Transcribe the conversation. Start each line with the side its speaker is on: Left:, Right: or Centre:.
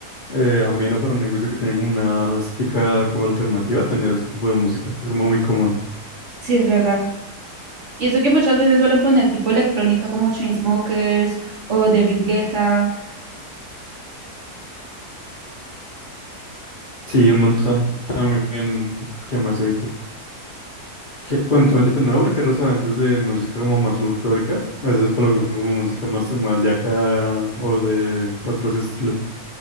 Left: eh, ameno para un negocio que tiene como una estética como alternativa, tener ese tipo de música. Es como muy común.
Right: Sí, es verdad. Y eso que muchas veces suelen poner tipo electrónica como Chainsmokers o David Guetta.
Left: Sí, un montón. También, ¿qué más he visto? Que, bueno, también dependiendo porque hay restaurantes de música como más folclórica, a veces colocan como música más, más de acá o de otros estilos.